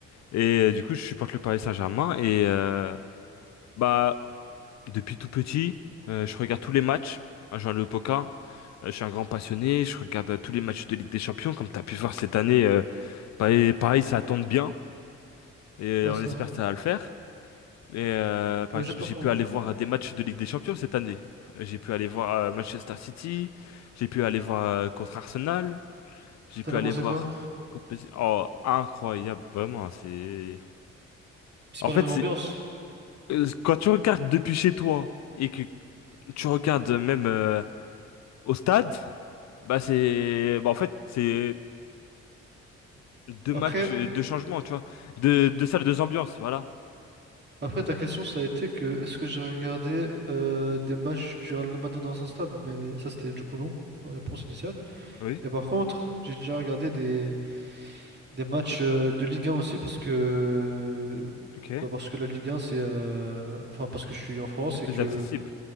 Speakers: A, on the left; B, on the right.
A: Et euh, du coup, je supporte le Paris Saint-Germain. Et euh, bah, depuis tout petit, euh, je regarde tous les matchs. à Jean Le Poquin, Euh, je suis un grand passionné. Je regarde euh, tous les matchs de Ligue des Champions. Comme tu as pu voir cette année, euh, pareil, pareil, ça tombe bien. Et
B: Ouais,
A: euh,
B: c'est
A: on espère
B: vrai.
A: que ça va le faire. Et euh, par
B: Ouais,
A: exemple,
B: j'espère
A: j'ai
B: pour
A: pu aller
B: vous.
A: voir
B: hein.
A: des matchs de Ligue des Champions cette année. Euh, J'ai pu aller voir euh, Manchester City. J'ai pu aller voir euh, contre Arsenal. J'ai
B: T'en
A: pu
B: as
A: aller
B: pensé
A: voir
B: quoi?
A: contre PSG. Oh, incroyable, vraiment. C'est.
B: C'est
A: En
B: pas
A: fait,
B: la même
A: c'est
B: ambiance.
A: euh, quand tu regardes depuis chez toi et que tu regardes même euh, au stade, bah c'est bah en fait c'est deux
B: Après,
A: matchs, euh, deux changements, tu vois, deux, deux salles, deux ambiances, voilà.
B: après ta question, ça a été que est-ce que j'ai regardé euh, des matchs du Real Madrid dans un stade? Mais ça, c'était du coup non, dans la réponse initiale.
A: Oui,
B: Et par contre, j'ai déjà regardé des, des matchs euh, de Ligue 1 aussi parce que,
A: ok.
B: bah, parce que la Ligue 1, c'est. euh, Enfin, parce que je suis en France
A: C'est plus
B: et que
A: accessible.